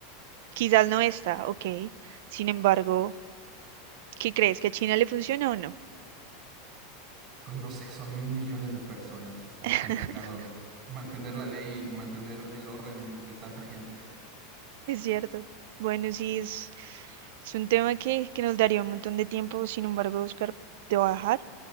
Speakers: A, on the right (about 65°); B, on the right (about 35°).
A: Quizás no está, ok. Sin embargo, ¿qué crees? ¿Que a China le funciona o no?
B: Pues no sé, son mil millones de personas, está
A: <laughs>
B: complicado mantener la ley y mantener el orden entre tanta gente.
A: Es cierto. Bueno, sí, es, es un tema que, que nos daría un montón de tiempo. Sin embargo, Oscar, te voy a dejar.